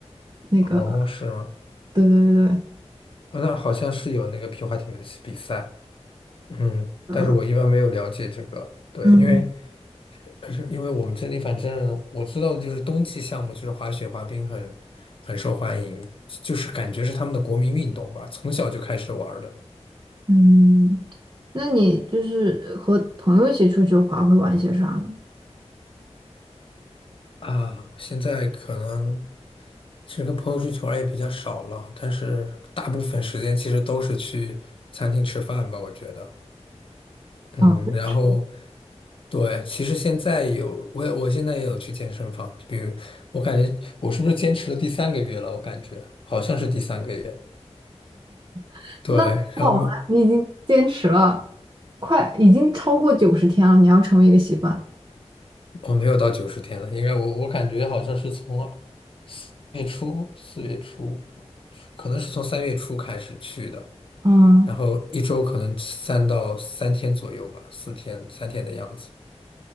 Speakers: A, on the right (about 35°); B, on the left (about 50°).
A: 那个，
B: 哦，是吗？
A: 对对对对，
B: 哦那好像是有那个皮划艇的比赛。嗯，
A: 呃，
B: 但是我一般没有了解这个，对，
A: 嗯
B: 因为可是因为我们这里，反正我知道的就是冬季项目，就是滑雪、滑冰很很受欢迎，就是感觉是他们的国民运动吧，从小就开始玩儿的
A: 嗯，那你就是和朋友一起出去滑会玩些啥呢？
B: 啊。现在可能其实跟朋友出去玩儿也比较少了，但是大部分时间其实都是去餐厅吃饭吧，我觉得。嗯，
A: 啊，
B: 然后
A: 就是
B: 对，其实现在有我也我现在也有去健身房，就比如我感觉我是不是坚持了第三个月了？我感觉好像是第三个月。
A: <laughs>
B: 对，
A: 那很好啊，
B: 然后
A: 你已经坚持了，快，已经超过九十天了，你要成为一个习惯。
B: 我没有到九十天了，应该我我感觉好像是从四月初、四月初、五月初，可能是从三月初开始去的，
A: 嗯，
B: 然后一周可能三到三天左右吧，四天、三天的样子。